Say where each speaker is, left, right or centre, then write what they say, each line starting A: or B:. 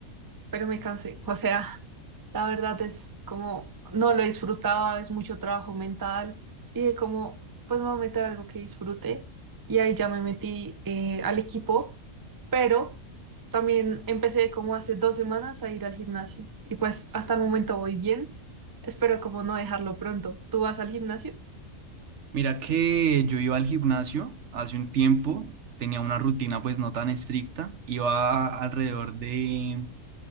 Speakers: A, on the right; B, on the right.
A: pero me cansé. O sea, la verdad es como, no lo disfrutaba, es mucho trabajo mental. Y de como, pues me voy a meter algo que disfrute. Y ahí ya me metí eh, al equipo, pero también empecé como hace dos semanas a ir al gimnasio. Y pues hasta el momento voy bien. Espero como no dejarlo pronto. ¿Tú vas al gimnasio?
B: Mira que yo iba al gimnasio hace un tiempo, tenía una rutina pues no tan estricta, iba alrededor de